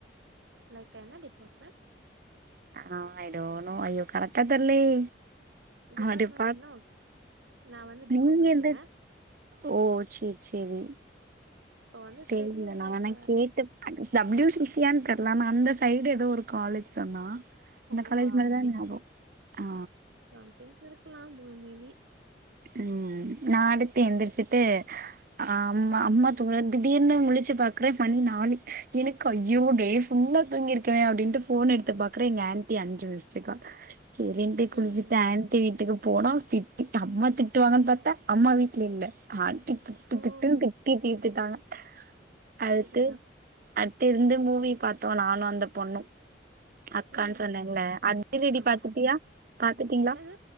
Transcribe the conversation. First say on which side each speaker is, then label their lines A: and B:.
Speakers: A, on the right (about 80°); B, on the right (about 50°).
A: லைக் என்ன டிபார்ட்மெண்ட்
B: ஆ அய் டோணோ அய்யோ கரக்டா தெர்லயே
A: டிபார்ட்மெண்ட்ன்னா
B: அடேப்பா
A: நா வந்து பி
B: நீங்க
A: காம் படிக்கிற
B: எந்த ஓ சேரி சேரி
A: சோ வந்து
B: தெர்ல
A: தெரிய
B: நா
A: லைக்
B: வேண்ணா கேட்டு டபுள்யூ சி சி யான் தெர்ல ஆனா அந்த சைடு எதோ ஒரு காலேஜ் சொன்னா இந்த
A: ஓ
B: காலேஜ்
A: அப்டிங்
B: மாரிதா நாபகோ ஆ
A: சம்டைம்ஸ் இருக்கலாமோ மேபி
B: ம் நா அடுத்து எந்திரிச்சுட்டு ஆ அம்மா அம்மா தூங்குதே திடீர்னு முழிச்சு பாக்குற மணி நாலு எனக்கு ஐயோ டே ஃபுல்லா தூங்கிருக்கனே அப்டின்னுட்டு ஃபோன் எடுத்து பாக்குறே எங்க ஆன்டி அஞ்சு மிஸ்ட்டுகால் சேரின்ட்டு குளிச்சுட்டு
A: ம்
B: ஆண்ட்டி வீட்டுக்கு போன திட்டு சம்ம திட்டுவாங்கன்னு பாத்தா அம்மா வீட்ல இல்ல ஆண்டி திட்டு
A: ஓ
B: திட்டுன்னு திட் டி தீத்துட்டாங்க அடுத்து
A: சேரிதா
B: அடுத்து இருந்து மூவி பாத்தோ நானு அந்த பொண்ணு அக்கான்னு
A: ம்
B: சொன்னல அதி ரெடி
A: ஆமா
B: பாத்துட்டியா பாத்துட்டீங்களா
A: என்னது